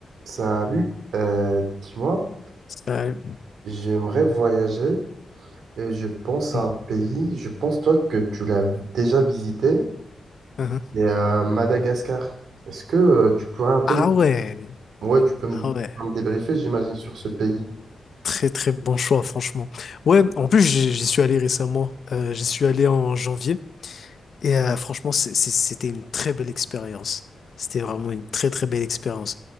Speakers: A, on the right; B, on the left.
A: Salut, euh, dis-moi,
B: Ça-
A: j'aimerais voyager et je pense
B: Mhm.
A: à un pays, je pense toi que tu l'as déjà visité,
B: Mhm.
A: c'est euh, Madagascar. Est-ce que euh, tu pourrais un peu,
B: Ah
A: me-
B: ouais,
A: ouais, tu peux me,
B: ah ouais,
A: me débriefer, j'imagine, sur ce pays?
B: très très bon choix franchement. Ouais, en plus j'y j'y suis allé récemment, Euh, j'y suis allé en janvier et euh, franchement c'est- c'est- c'était une très belle expérience. C'était vraiment une très très belle expérience.